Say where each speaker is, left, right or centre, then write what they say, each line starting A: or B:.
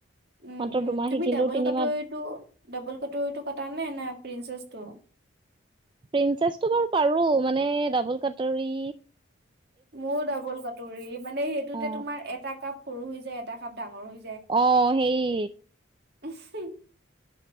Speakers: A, on the right; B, on the right.
A: উম
B: মাত্ৰ
A: উম
B: দুমাহ
A: তুমি
B: শিকিলো
A: ডাবল
B: তিনিমাহ
A: কাটৰিটো ডাবল কাটৰিটো কাটা নে না প্ৰিনচেচ ত?
B: প্ৰিন্চেছটো বাৰু পাৰো মানে ডাবল কাটৰী
A: মোৰ ডাবল কাটৰি মানে সেইটোতে
B: অ
A: তোমাৰ এটা কাপ সৰু হৈ যায় এটা কাপ ডাঙৰ হৈ
B: অ সেই।
A: উমহু